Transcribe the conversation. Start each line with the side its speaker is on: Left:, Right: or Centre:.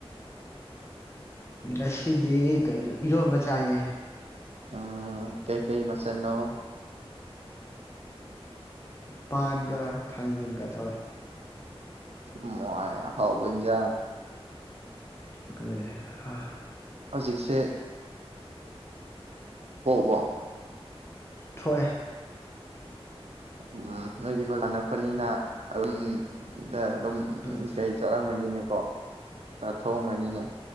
Left: ꯉꯁꯤꯗꯤ ꯀꯩꯅꯣ ꯏꯔꯣꯕ ꯆꯥꯏꯌꯦ
Right: ꯎꯝ ꯀꯩ ꯀꯩ ꯃꯁꯅꯣ
Left: ꯄꯥꯠꯒ ꯊꯥꯡꯖꯤꯡꯒ ꯆꯋꯦ
Right: ꯃ ꯍꯥꯎꯕꯟꯖ
Left: <inaudible>
Right: ꯍꯧꯖꯤꯛꯁꯦꯝ ꯋꯥ
Left: ꯊꯣꯏ
Right: ꯎꯝ ꯂꯩꯔꯤꯕꯣꯏꯖꯥꯅꯛꯄꯅꯤꯅ ꯑꯗꯨꯝ ꯗ ꯑꯗꯨꯝ
Left: ꯎꯝ
Right: ꯀꯩ ꯆꯠꯂꯝꯒꯅꯤꯅꯦ ꯀꯣ ꯊ ꯊꯣꯡꯉꯅꯤꯅꯦ